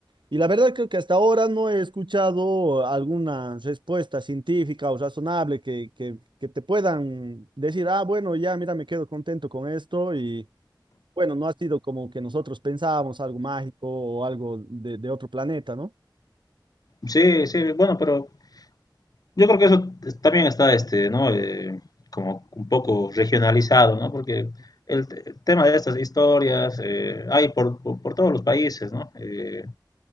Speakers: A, on the right; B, on the left.
A: Y la verdad creo que hasta ahora no he escuchado alguna respuesta científica o razonable que, que, que te puedan decir, ah, bueno, ya, mira, me quedo contento con esto y bueno, no ha sido como que nosotros pensábamos algo mágico o algo de, de otro planeta, ¿no?
B: Sí, sí, bueno, pero yo creo que eso es- también está, este, ¿no? Eh, como un poco regionalizado, ¿no? Porque el, te- el tema de estas historias eh, hay por, por, por, todos los países, ¿no? Eh,